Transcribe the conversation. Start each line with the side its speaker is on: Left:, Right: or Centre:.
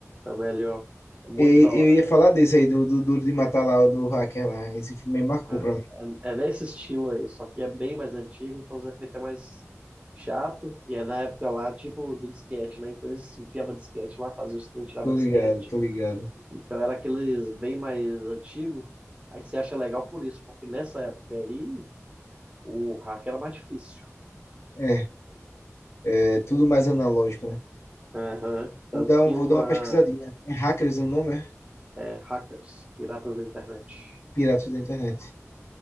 Right: é o melhor. É muito
Left: E,
Right: da
Left: eu
Right: hora.
Left: ia falar desse aí, do, do Duro de Matar lá, o do hacker lá. Esse filme marcou pra
Right: É,
Left: mim.
Right: é, é nesse estilo aí, só que é bem mais antigo, então os efeitos é mais chato. E é na época lá, tipo, do disquete, né? Então eles enfiavam disquete lá, faziam os trem, tirava
Left: Tô
Right: disquete.
Left: ligado, tô ligado.
Right: Então era aqueles bem mais antigo. Aí você acha legal por isso, porque nessa época aí o hack era mais difícil.
Left: É, é tudo mais analógico, né?
Right: Aham. Tanto
Left: Vou dar,
Right: que
Left: um, vou
Right: uma
Left: dar uma pesquisadinha. É Hackers o nome? É?
Right: é, Hackers, Piratas da Internet,
Left: Piratas da Internet.